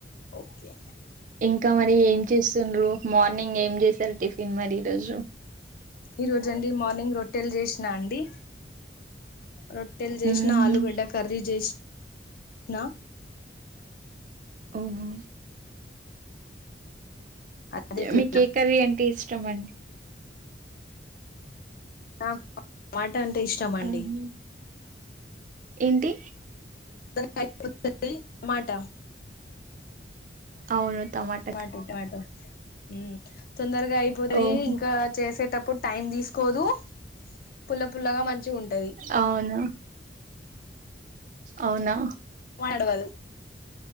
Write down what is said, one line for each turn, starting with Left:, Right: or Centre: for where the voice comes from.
Left: ఓకే
Right: ఇంకా మరి ఏం చేస్తుండ్రు, మార్నింగ్ ఏం చేసారు టిఫిన్ మరి ఈ రోజు.
Left: ఈ రోజు అండి మార్నింగ్ రొట్టెలు చేసినా అండి రొట్టెలు చేసినా
Right: ఉమ్,
Left: ఆలుగడ్డ కర్రీ జేస్ నా
Right: అవునా
Left: అదే
Right: ఓకే
Left: తిన్నా
Right: మీకు ఏ కర్రీ అంటే ఇష్టం అన్
Left: నాకు టమాట అంటే ఇష్టం అండి
Right: ఉమ్, ఏంటి
Left: <unintelligible> మాట
Right: అవును తమాట్
Left: టమాటో టమాటో ఉ తొందరగా అయిపోతది
Right: ఓహో
Left: ఇంకా చేసేటప్పుడు టైం తీసుకోదు. పుల్ల పుల్లగా మంచిగా ఉంటుది
Right: అవును అవునా
Left: మాడవదు